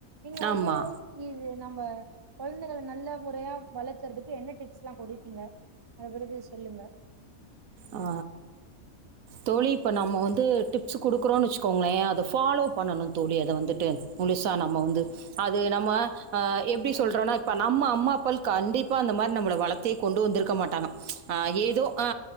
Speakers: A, on the right (about 40°); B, on the right (about 75°).
A: நீங்க வந்து
B: ஆமா
A: இது நம்ம குழந்தைங்க நல்ல முறையா வளர்க்கறதுக்கு என்ன டிப்ஸ்லா கொடுப்பீங்க அத பத்தி சொல்லுங்க
B: ஆ தோழி இப்ப நம்ம வந்து டிப்ஸ் குடுக்குறோன்னு வச்சுக்கோங்களே அத ஃபாலோ பண்ணணு தோழி அத வந்துட்டு முழுசா நம்ம வந்து அது நம்ம ஆ எப்டி
A: கண்டிப்பா
B: சொல்றோனா இப்ப நம்ம அம்மா அப்ப ல்க் கண்டிப்பா அந்த மாரி நம்ம வளத்தையே கொண்டு வந்துருக்க மாட்டாங்க ஆ ஏதோ ஆ